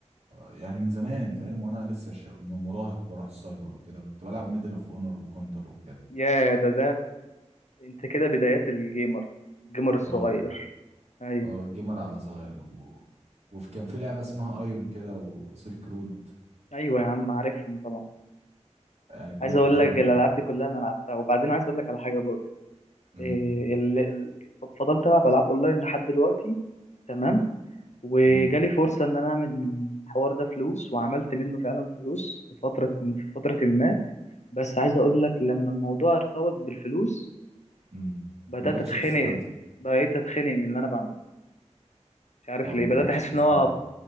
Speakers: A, on the right; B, on the left.
A: يعني من زمان فاهم وانا لسه ش... مراهق بروح السايبر وكده كنت بلعب ميدل اوف اونر وكونتر وكده
B: يا ده انت كده بدايات الجيمر الجيمر الصغير
A: اه
B: ايوه
A: اه الجيمر على صغير و... وفي كان في لعبة اسمها ايون كده وسيلك رود
B: ايوه يا عم عارفهم طبعا
A: آه كانت
B: عايز اقول
A: ايام
B: لك الالعاب دي كلها انا لعبتها وبعدين عايز اقول لك على حاجه برضه
A: امم
B: إيه ال... ال- فضلت العب العاب اونلاين لحد دلوقتي تمام وجالي
A: امم
B: فرصه ان انا اعمل من الحوار ده فلوس وعملت منه فعلا فلوس في فتره في فتره ما بس عايز اقول لك لما الموضوع ارتبط بالفلوس
A: امم
B: بدات
A: ما بقتش
B: اتخنق
A: تستمتع
B: بقيت اتخنق من اللي انا بعمله مش عارف
A: اه
B: ليه
A: ما
B: بدات
A: بقتش
B: احس
A: بتستمتع
B: ان هو